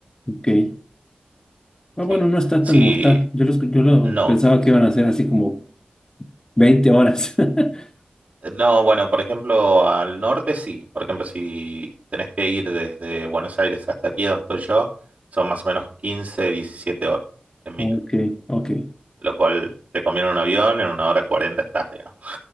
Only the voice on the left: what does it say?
Ok. Ah, bueno,
no está
tan mortal. Yo lo, escu- yo lo
pensaba que iban a ser así como 20 horas. <laughs>
Ok, ok.